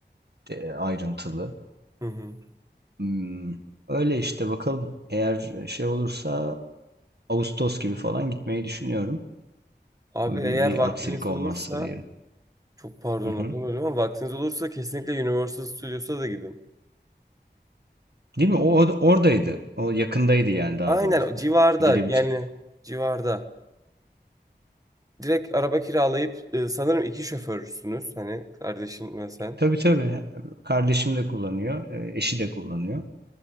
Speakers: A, on the right (about 65°); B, on the right (about 20°).
A: de- ayrıntılı.
B: Hı hı.
A: Hmm, öyle işte bakalım. Eğer şey olursa Ağustos gibi falan gitmeyi düşünüyorum.
B: Abi
A: Uygun
B: eğer
A: bir
B: vaktiniz
A: aksilik olmazsa
B: olursa,
A: diyelim.
B: çok pardon
A: Hı hı.
B: lafımı böldüm ama vaktiniz olursa kesinlikle Universal Studios'a da gidin.
A: Değil mi? O o- oradaydı. O yakındaydı yani daha
B: Aynen
A: doğrusu.
B: o civarda
A: Gidilebilecek
B: yani civarda. Direkt araba kiralayıp e, sanırım iki şoförsünüz hani kardeşin ve sen.
A: Tabii tabii. Kardeşim de kullanıyor, e, eşi de kullanıyor.